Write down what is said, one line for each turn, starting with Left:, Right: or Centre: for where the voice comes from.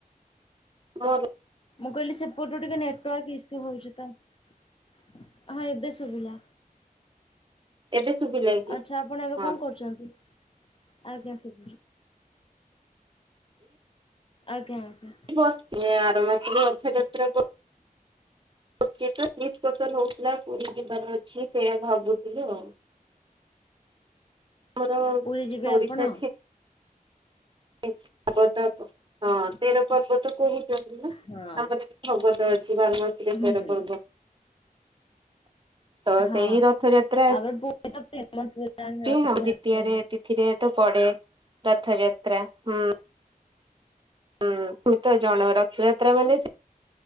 Right: ହ।
Left: ମୁଁ କହିଲି ସେପଟୁ ଟିକେ ନେଟୱାର୍କ ଇସ୍ୟୁ ହୋଉଚି। ହଁ ଏବେ ଶୁଭିଲା।
Right: ଏବେ ଶୁଭିଲା କି?
Left: ଆଚ୍ଛା ଆପଣ ଏବେ
Right: ହଁ
Left: କଣ କରୁଛନ୍ତି? ଆଜ୍ଞା ସେ। ଆଜ୍ଞା। ଆଜ୍ଞା
Right: ବସିି ଆର ମାସରେ ରଥ ଯାତ୍ରା। <inaudible> ହଉଥିଲା। ପୁରୀ ଯିବାର ଅଛି ସେ ଭାବୁଥିଲୁ ଆଉ। ଆମର
Left: ପୁରୀ ଯିବେ
Right: ଓଡିଶା
Left: ଆପଣ?
Right: <unintelligible> ହଁ ତେର ପର୍ବ ତ କୁହୁଛନ୍ତି ନା?
Left: ହଁ
Right: ଆମର ପର୍ବତ ଅଛି ଭାରମର
Left: ହୁଁ
Right: ପର୍ବ। ତ
Left: ହଁ
Right: ସେଇ ରଥଯାତ୍ରା।
Left: ତାପରେ ପୁରୀ ତ ଫେମସ ହେଲାଣି ରଥଯାତ୍ରା
Right: ହଉ ଦ୍ଵିତୀୟରେ ତିଥିରେ ତ ପଡେ ରଥଯାତ୍ରା ହୁଁ। ହୁଁ ତମେ ତ ଜଣ ରଥଯାତ୍ରା ମାନେ ସେ